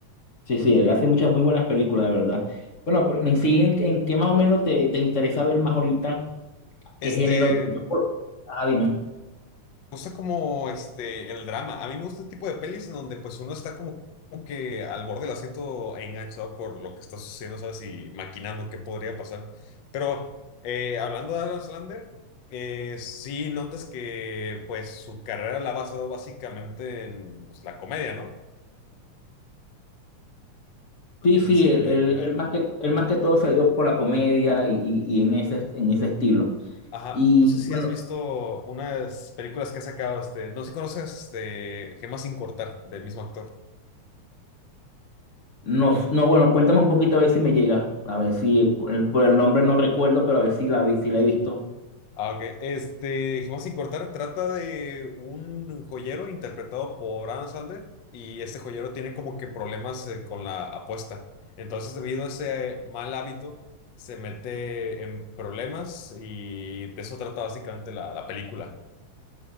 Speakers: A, on the left (about 50°); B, on the left (about 80°).
A: Sí, sí, él hace muchas muy buenas películas, la verdad. Bueno, pero en sí, ¿en, en qué más o menos te, te interesa ver más ahorita?
B: Este,
A: ¿Qué género? Yo
B: me
A: por- ajá, dime.
B: gusta como este, el drama. A mí me gusta el tipo de pelis en donde pues uno está como, como que al borde del asiento enganchado por lo que está sucediendo, ¿sabes? Y maquinando qué podría pasar. Pero eh, hablando de Adam Sandler, eh, sí notas que pues su carrera la ha basado básicamente en pues, la comedia, ¿no?
A: Sí,
B: en
A: sí,
B: el cine
A: él,
B: de
A: él-
B: comedia.
A: él más que, él más que todo se ha ido por la comedia y, y- y en ese, en ese estilo.
B: Ajá,
A: Y
B: no sé si
A: bueno,
B: has visto unas películas que ha sacado, este, no sé si conoces, este, Gemas sin cortar, del mismo actor.
A: No, s- no, bueno, cuéntame un poquito a ver si me llega. A ver si por el, por el nombre no recuerdo, pero a ver si la vi, si la he visto.
B: Ah, ok. Este, Gemas sin cortar trata de un joyero interpretado por Adam Sandler y este joyero tiene como que problemas eh, con la apuesta. Entonces, debido a ese mal hábito, se mete en problemas y de eso trata básicamente la, la película.